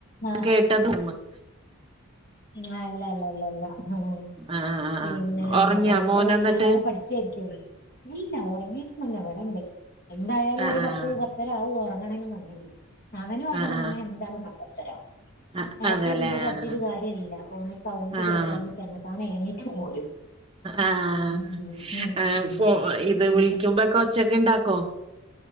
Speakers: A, on the left (about 45°); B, on the right (about 25°).
A: ആ
B: കേട്ട- <unintelligible>
A: ആ അല്ല അല്ല അല്ല. ല്ല ല്ല
B: ആഹ് ആഹ്
A: പിന്നെ
B: ആഹ് ഉറങ്ങിയാ
A: എന്താ പറയന്നിട്ട്
B: മോന് എന്നിട്ട്
A: എല്ലാവരും പഠിച്ചായിരിക്കല്ലോ ഇല്ല ഉറങ്ങിട്ട- നല്ല ഇവിടെണ്ട് എന്തായാലും
B: ആഹ്
A: ഒരു
B: ആഹ്
A: പത്ത് പത്തര ആവും ഉറങ്ങണെന്നുണ്ടെങ്കിൽ അവനോറങ്ങണം
B: ആഹ്
A: എന്താലും പത്തു പതരാവും
B: ആഹ്
A: നേരത്തെ
B: ആഹ് അ അതെല്ലേ
A: കൊണ്ടയി
B: ആഹ്
A: കടത്തിട്ട് കാര്യല്ല. ല്ല ഓനെ സൗണ്ട്
B: ആഹ്
A: കേട്ടാ തന്നെ താൻ എഴനീറ്റ് പോരും
B: അഹ്
A: ഉം ഉം ഉം
B: ആഹ്
A: ഉം
B: ഫ ഇത്
A: അങ്ങനെ
B: വിളിക്കുമ്പോക്കെ കൊച്ചൊക്കെ ഇണ്ടാക്ക- കൊ